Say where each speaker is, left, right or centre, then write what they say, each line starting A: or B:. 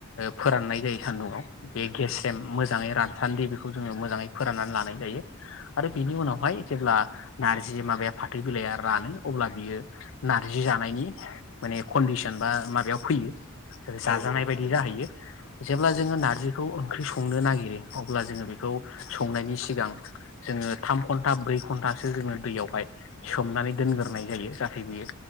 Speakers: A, on the left; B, on the left.
A: फोराननाय जायो सान्दुंङाव बे गेस्रेम मोजाङै रानसान्दि बेखौ जोङो मोजाङै फोराननानै लानाय जायो आरो बिनि उनाव बेहाय जेब्ला नार्जि माबाया फाथो बिलाइया रानो अब्ला बियो नारजि जानायनि माने कन्डिसन बा माबायाव फैयो। जाजानाय
B: औ औ
A: बायदि
B: थारैनो
A: जाहैयो जेब्ला
B: औ
A: जोङो नारजि बेखौ ओंख्रि संनो नागिरो अब्ला जोङो बेखौ संनायनि सिगां जोङो थाम घन्टा ब्रै घन्टासो जोङो दैयावहाय सोमनानै दोनग्रोनाय जायो जाहाथे बियो